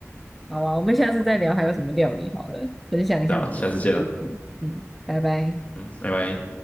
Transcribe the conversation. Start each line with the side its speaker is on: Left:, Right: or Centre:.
Centre: 好啊，我们下次再聊还有什么料理好了，分享一下我们的食谱。
Left: 对啊，下次见了，
Centre: 嗯，拜拜。
Left: 嗯，拜拜。